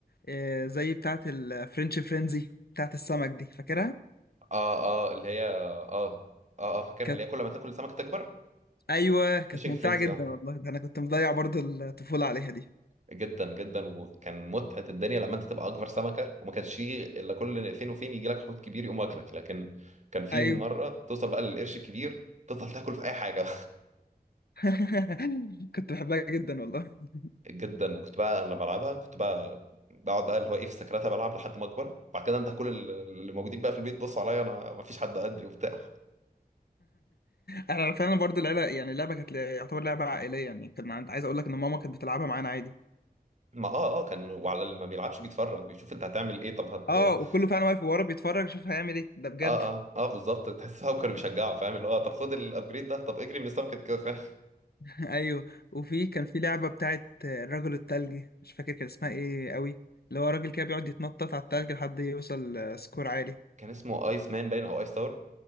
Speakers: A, on the left (about 75°); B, on the right (about 45°).
A: آه، زي بتاعة الفرنش فرينزي بتاعة السمك دي فاكرها؟
B: اه اه اللي هي اه اه اه فاكرها
A: كانت
B: اللي هي كل ما تاكل سمكه تكبر
A: ايوه كانت
B: فيشنج
A: ممتعة
B: فرينزي
A: جدا
B: اه
A: والله ده انا كنت مضيع برضه الطفولة عليها دي
B: جدا جدا وكان متعه الدنيا لما انت تبقى اكبر سمكه وما كانش فيه الا كل فين وفين يجي لك حوت كبير يقوم واكلك لكن كان في
A: ايوه
B: مره توصل بقى للقرش الكبير تفضل تاكل في اي حاجه
A: <laughs> كنت بحبها جدا والله <laughs>
B: <laughs> جدا وكنت بقى انا لما بلعبها كنت بقى بقعد بقى اللي هو ايه في سكرتها بلعب لحد ما اكبر بعد كده انت كل ال- اللي موجودين بقى في البيت بصوا عليا انا ما فيش حد قدي وبتاع
A: انا فعلا برضو العيله يعني اللعبه كانت يعتبر لعبه عائليه يعني كان عند عايز اقول لك ان ماما كانت بتلعبها معانا عادي
B: ما اه اه كان وعلى اللي ما بيلعبش بيتفرج بيشوف انت هتعمل ايه طب هت
A: اه وكله فعلا واقف ورا بيتفرج شوف هيعمل ايه ده بجد
B: اه اه اه بالظبط تحس هو كانوا بيشجعوا فاهم اللي هو طب خد الابجريد ده طب اجري من السمكه كده فاهم
A: <laughs> ايوه وفي كان في لعبه بتاعت الرجل الثلجي مش فاكر كان اسمها ايه قوي اللي هو راجل كده بيقعد يتنطط على الثلج لحد يوصل آه، سكور عالي
B: كان اسمه ايس مان باين او ايس تاور